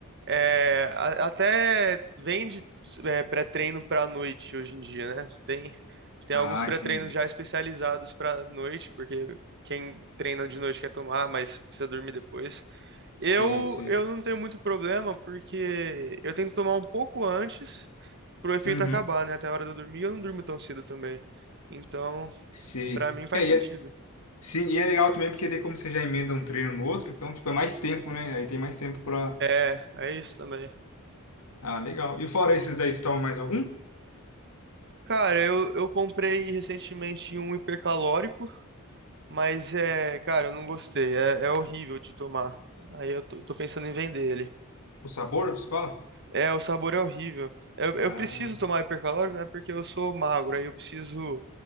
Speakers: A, on the right; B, on the left.
A: É, a- até vende é, pré-treino para noite hoje em dia, né? Tem, tem
B: Ah,
A: alguns pré-treinos
B: entendi.
A: já especializados para noite, porque quem treina de noite quer tomar, mas precisa dormir depois. Eu,
B: Sei, sei.
A: eu não tenho muito problema, porque eu tenho que tomar um pouco antes pro efeito
B: Uhum.
A: acabar, né? Até a hora de eu dormir, eu não durmo tão cedo também. Então,
B: Sei.
A: pra mim faz
B: É,
A: sentido.
B: e é, sim, e é legal também porque daí como você já emenda um treino no outro, então, tipo, é mais tempo, né? Aí tem mais tempo para
A: É, é isso também.
B: Ah, legal. E fora esses daí, você toma mais algum?
A: Cara, eu, eu comprei recentemente um hipercalórico, mas é, cara, eu não gostei. É, é horrível de tomar. Aí eu tô, tô pensando em vender ele.
B: O sabor, você fala?
A: É, o sabor é horrível. Eu,
B: Ah,
A: eu preciso tomar hipercalórico, né? Porque eu sou magro, aí eu preciso